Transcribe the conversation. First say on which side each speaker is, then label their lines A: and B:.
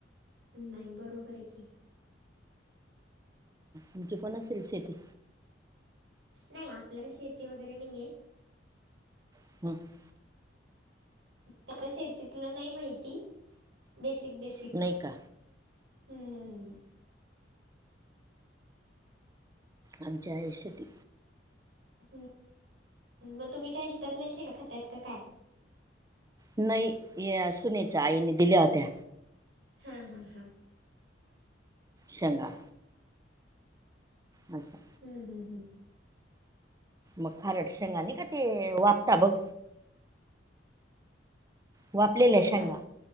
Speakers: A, on the right (about 70°); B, on the right (about 20°).
A: नायी बरोबर ये की.
B: तुमची पण असेल शेती?
A: नयी आपल्याला शेती वगैरे नयी ये.
B: <inaudible>
A: त्या कशे आहेत तिथल नाही माहिती. बेसिक बेसिक
B: नाही
A: पीक,
B: का
A: हम्म
B: आमची आहे शेती.
A: हम्म, मग तुम्ही काय शेतातल्या शेंगा खातायत का काय?
B: नाही हे अ सुनेच्या आईने दिल्या होत्या.
A: हा हा हा
B: शंगा अच्छा
A: हम्म, हम्, हम्.
B: मग खारट शेंगा निका ते, वापता बघ. वापलेल्या
A: ए लावून
B: शेंगा
A: ना.